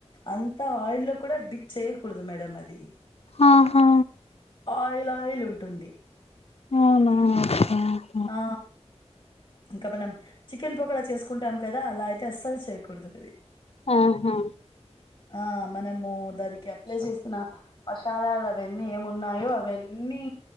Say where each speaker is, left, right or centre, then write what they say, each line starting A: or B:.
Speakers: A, on the left; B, on the left.
A: అంత ఆయిల్ లో కూడా డిప్ చేయకూడదు మేడం అది
B: ఆహా
A: ఆయిల్ ఆయిల్ ఉంటుంది
B: అవునా అక్క
A: ఆ ఇంకా మనం చికెన్ పకోడా చేసుకుంటాం కదా అలా అయితే అస్సలు చేయకూడదు అది
B: హా హా
A: ఆ మనము దానికి అప్లై చేసిన మశాలాలు అవన్నీ ఏమున్నాయో అవన్నీ